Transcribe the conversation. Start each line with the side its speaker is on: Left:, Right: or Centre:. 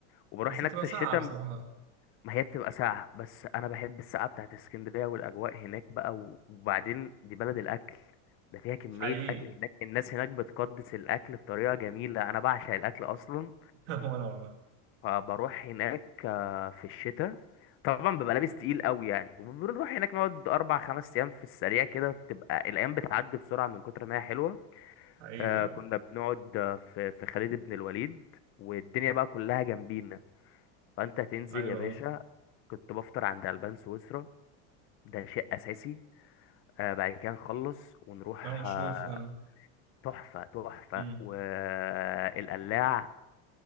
Left: وبروح
Right: بس
Left: هناك
Right: بتبقى
Left: في الشتاء
Right: ساعة بصراحة
Left: ما هي بتبقى ساقعة بس انا بحب السقعة بتاعت اسكندرية والاجواء هناك بقى و- وبعدين دي بلد الاكل ده فيها كمية
Right: حقيقي
Left: أكل هناك الناس هناك بتقدس الأكل بطريقة جميلة أنا بعشق الأكل أصلا
Right: <laughs> هو انا والله
Left: فبروح هناك آه، في الشتاء طبعا ببقى لابس تقيل قوي يعني وبنروح هناك نقعد اربع خمس ايام في السريع كده بتبقى الايام بتعدي بسرعه من كتر ما هي حلوه
Right: حقيقي
Left: آه
Right: اه
Left: كنا بنقعد آه، في في خالد بن الوليد والدنيا بقى كلها جنبينا فانت تنزل
Right: ايوه
Left: يا باشا
Right: اه
Left: كنت بفطر عند البان سويسرا ده شيء اساسي آه بعد كده نخلص ونروح
Right: لا مشهور
Left: آه،
Right: فعلا
Left: تحفه تحفه
Right: امم
Left: والقلاع